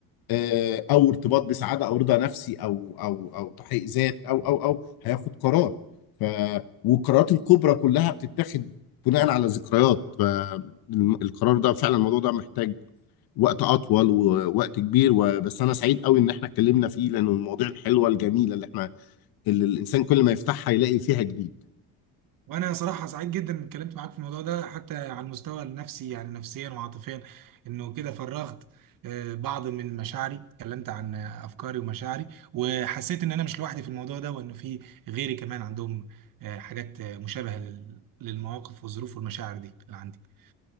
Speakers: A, on the left (about 70°); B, on the right (about 60°).
A: آه، او ارتباط بسعاده او رضا نفسي او او او تحقيق ذات او او او هياخد قرار ف والقرارات الكبرى كلها بتتاخد بناء على ذكريات فالقرار ده فعلا الموضوع ده محتاج وقت اطول ووقت كبير وبس انا سعيد قوي ان احنا اتكلمنا فيه لانه المواضيع الحلوه الجميله اللي احنا اللي الانسان كل ما يفتحها يلاقي فيها جديد
B: وانا صراحه سعيد جدا إني اتكلمت معاك في الموضوع ده حتى على المستوى النفسي يعني نفسيا وعاطفيا انه كده فرغت آه، بعض من مشاعري اتكلمت عن آه، افكاري ومشاعري وحسيت ان انا مش لوحدي في الموضوع ده وانه في غيري كمان عندهم آه، حاجات آه، مشابهه لل- للمواقف والظروف والمشاعر دي اللي عندي